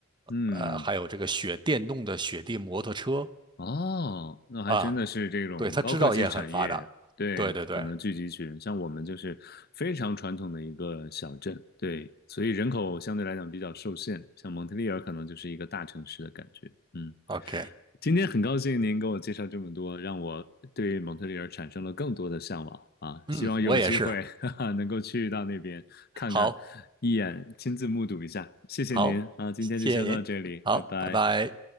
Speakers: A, on the left; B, on the right.
A: 嗯。
B: 呃还有这个雪电动的雪地摩托车
A: 哦，那还真的是这种高科技产业，
B: 啊，对，它制造业很发达，
A: 对，
B: 对对对
A: 可能聚集群，像我们就是非常传统的一个小镇，对，所以人口相对来讲比较受限，像蒙特利尔可能就是一个大城市的感觉，嗯。
B: ，OK，
A: 今天很高兴您给我介绍这么多，让我对蒙特利尔产生了更多的向往啊！
B: 嗯，
A: 希望有机会
B: 我也是，
A: <laughs> 哈哈能够去到那边看看，
B: 好，
A: 一眼亲自目睹一下。谢谢您啊，
B: 好，
A: 今天就先到这里，
B: 谢谢您，好，
A: 拜拜。
B: 拜拜。